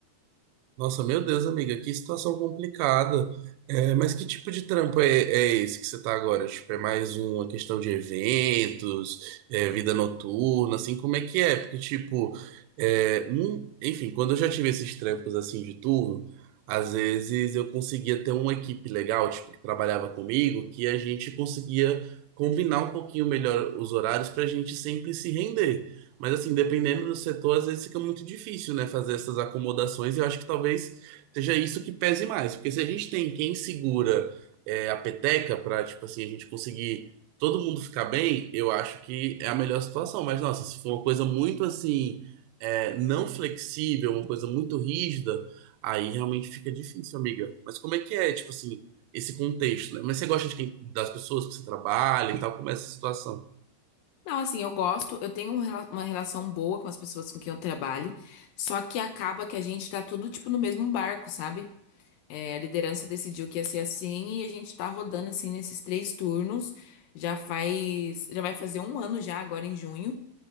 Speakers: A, on the right; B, on the left.
A: nossa, meu Deus, amiga, que situação complicada. É, mas que tipo de trampo é, é esse que você tá agora? Tipo, é mais uma questão de eventos, é, vida noturna, assim, como é que é? Porque, tipo, é, num- enfim, quando eu já tive esses trampos, assim, de turno, às vezes eu conseguia ter uma equipe legal, tipo, que trabalhava comigo, que a gente conseguia combinar um pouquinho melhor os horários pra gente sempre se render. Mas assim, dependendo do setor, às vezes fica muito difícil, né, fazer essas acomodações. E eu acho que talvez seja isso que pese mais, porque se a gente tem quem segura é, a peteca para, tipo assim, a gente conseguir todo mundo ficar bem, eu acho que é a melhor situação. Mas nossa, se for uma coisa muito assim, é, não flexível, uma coisa muito rígida, aí realmente fica difícil, amiga. Mas como é que é, tipo assim, esse contexto, né? Mas você gosta de quem, das pessoas que você trabalha e tal, como é essa situação?
B: Não, assim, eu gosto, eu tenho um rela- uma relação boa com as pessoas com quem eu trabalho, só que acaba que a gente tá tudo tipo no mesmo barco, sabe? É, a liderança decidiu que ia ser assim e a gente tá rodando assim nesses três turnos. Já faz, já vai fazer um ano já agora em junho.